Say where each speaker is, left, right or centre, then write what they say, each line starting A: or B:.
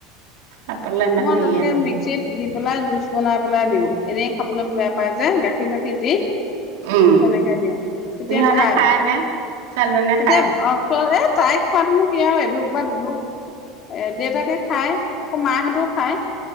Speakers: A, on the right; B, on the left.
A: খাবলৈ ইমান
B: মই
A: হেৰিয়ে
B: তেনেকে
A: নহয়
B: মিক্সিত দি পেলাই জুচ বনাই পেলাই দিওঁ এনেই খাবলৈ বেয়া পাই যে গাখীৰ চাখিৰ দি।
A: উম
B: তেনেকে দিওঁ তেতিয়া
A: সিহঁতে
B: খাই
A: নে ছোৱালীজনীয়ে
B: তেতিয়া
A: খায়
B: এ তাইক খোৱাতনো ক আৰু এধোক বা দুধোক এ ', দেউতাকে খাই আকৌ মাহঁতো খাই